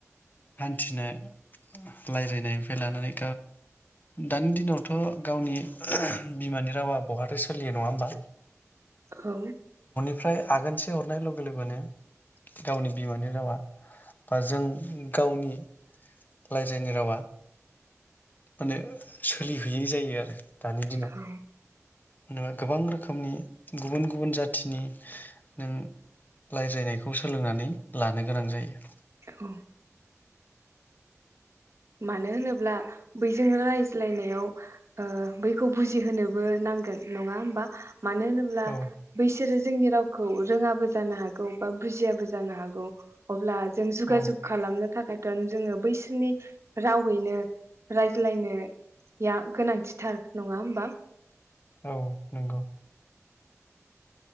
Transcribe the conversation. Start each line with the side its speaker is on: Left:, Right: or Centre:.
Left: हान्थिनो रायज्लायनायनिफ्राय लानानै दानि दिनावथ गावनि बिमानि रावा बहाथो सोलियो नङा होमबा?
Right: औ
Left: ओमफ्राय आगनसे हरनाय ल लोगो लोगोनो गावनि बिमानि रावा बा जों गावनि रायज्लायनाय रावा माने सोलिहैयै जायो आरो दानि दिनाव
Right: औ
Left: मबा गोबां रोखोमनि गुबुन गुबुन जाथिनि नों रायज्लायनायखौ सोलोंनानै लानो गोनां जायो।
Right: औ माने होनबोब्ला बैजों रायज्लायनायाव ओ बैखौ बुजिहोनोबो नांगोन नङा होमबा? मानो होनोब्ला
Left: औ
Right: बैसोरो जोंनि रावखौ रोङाबो जानो हागौ बा बुजियाबो जानो हागौ अब्ला जों जुगाजुग
Left: औ
Right: खालामनो थाखाय दान जोङो बैसोरनि रावैनो रायज्लायनाया गोनांथिथार नङा होमबा?
Left: औ नंगौ।